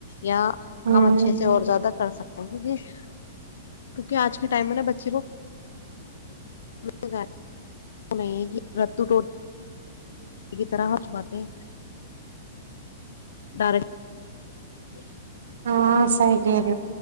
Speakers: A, on the left; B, on the right.
A: یا
B: ہوں
A: ہم اچھے سے اور زیادہ کر سکتے ہیں کیک کیونکہ آج کے ٹائم میں نا بچے کو م گار <unintelligible> نہیں ہے کہ رتو ٹو کی طرح ہچ باتیں ڈر ا <unintelligible>
B: ہاں سیحری